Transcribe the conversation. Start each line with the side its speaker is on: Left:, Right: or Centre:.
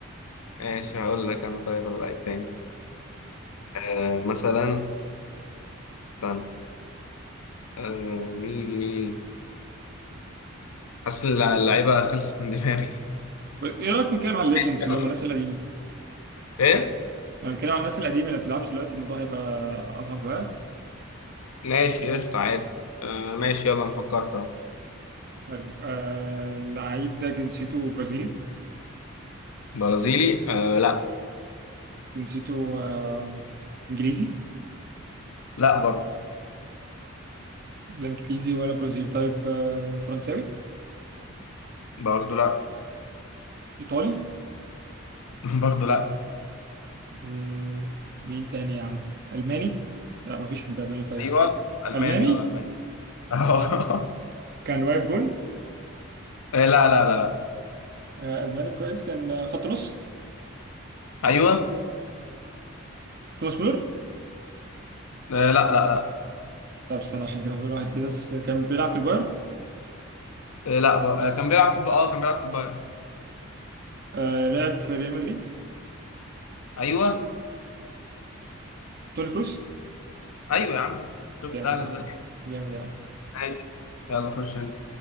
Left: ماشي هقول لك انا طيب اللعيب تاني آه مثلا استنى آه مين مين حاسس إن اللع- اللعيبه خلصت من دماغي
Right: ايه رايك نتكلم على الليجندز
Left: ماشي يلا.
Right: اللي هم الناس القديمه؟
Left: ايه
Right: لو نتكلم على الناس القديمه اللي ما بتلعبش دلوقتي الموضوع هيبقى اصعب شويه
Left: ماشي قشطة عادي آه ماشي يلا انا فكرت اهو
Right: حلو آه اللعيب ده جنسيته برازيلي
Left: برازيلي آه لا
Right: جنسيته آه انجليزي
Left: لا برضه
Right: لا انجليزي ولا برازيلي طيب آه فرنساوي
Left: برضه لا
Right: ايطالي
Left: <laughs> برضه لا
Right: آه مين تاني يا عم الماني لا مفيش حد الماني كويس
Left: ايوه الماني
Right: الماني
Left: اه الماني <laughs> آه،
Right: كان واقف جون
Left: لا لا لا لا
Right: آه الماني كويس كان آه، خط نص
Left: ايوه
Right: توماس مولر
Left: آه لا لا لا
Right: طب استنى عشان كده فاضل واحد بس كان بيلعب في البايرن
Left: آه لا ب... آه كان بيلعب في الب... اه كان بيلعب في البايرن
Right: آه لعب في ريال مدريد
Left: ايوه
Right: توني كروس
Left: ايوه يا عم شفت
Right: جامد
Left: سهل
Right: يا
Left: ازاي
Right: عم جامد يا عم
Left: <laughs> ماشي يلا خش انت